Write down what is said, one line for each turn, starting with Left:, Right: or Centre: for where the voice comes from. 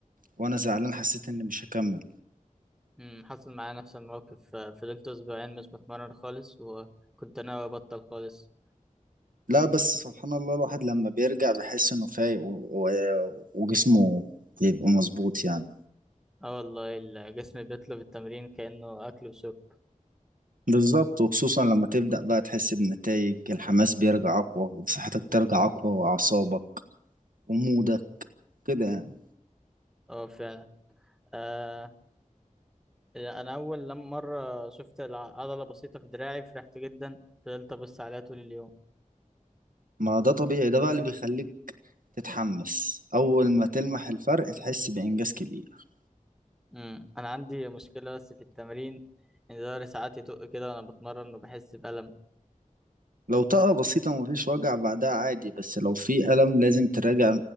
Right: وانا زعلان حسيت اني مش هكمل
Centre: أمم، حصل معايا نفس الموقف آه، فضلت أسبوعين مش بتمرن خالص وكنت ناوي أبطل خالص
Right: لا بس سبحان الله الواحد لما بيرجع بيحس انه فايق و... و... وجسمه بيبقى مظبوط يعني
Centre: اه والله الجسم بيطلب التمرين كأنه أكل وشرب
Right: بالظبط وخصوصا لما تبدأ بقى تحس بنتائج الحماس بيرجع أقوى وصحتك ترجع أقوى وأعصابك ومودك كده يعني
Centre: اه فعلا آه يعني أنا أول لما مرة شفت الع- عضلة بسيطة في دراعي فرحت جدا فضلت أبص عليها طول اليوم
Right: ما ده طبيعي ده بقى اللي بيخليك تتحمس أول ما تلمح الفرق تحس بإنجاز كبير
Centre: أمم، أنا عندي مشكلة بس في التمرين إن ظهري ساعات يطق كده وأنا بتمرن وبحس بألم
Right: لو طاقة بسيطة مفيش وجع بعدها عادي بس لو في ألم لازم تراجع